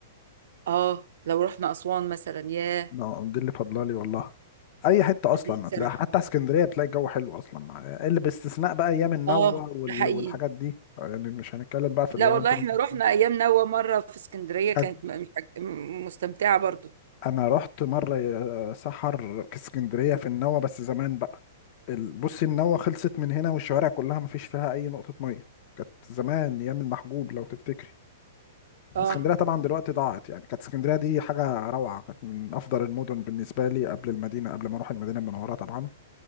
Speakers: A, on the right; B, on the left.
A: اه لو رحنا اسوان مثلا ياه
B: اه دي اللي فاضله لي والله اي حته اصلا
A: انا نفسي
B: هتلاقي
A: اروح
B: حتى اسكندريه بتلاقي الجو حلو اصلا مع اللي باستثناء بقى ايام النوة
A: اه
B: وال...
A: ده حقيقي
B: والحاجات دي يعني مش هنتكلم بقى في اللي
A: لا
B: هو
A: والله
B: انت مثلا
A: احنا رحنا ايام نوى مره في اسكندريه كانت
B: حت-
A: م- مش حاج- م- مستمتعه برضو
B: انا رحت مره يا سحر اسكندريه في النوة بس زمان بقى ال- بصي النوة خلصت من هنا والشوارع كلها ما فيش فيها اي نقطه ميه كانت زمان ايام المحجوب لو تفتكري
A: اه
B: اسكندريه طبعا دلوقتي ضاعت يعني كانت اسكندريه دي حاجه روعه كانت من افضل المدن بالنسبه لي قبل المدينه قبل ما اروح المدينه المنوره طبعا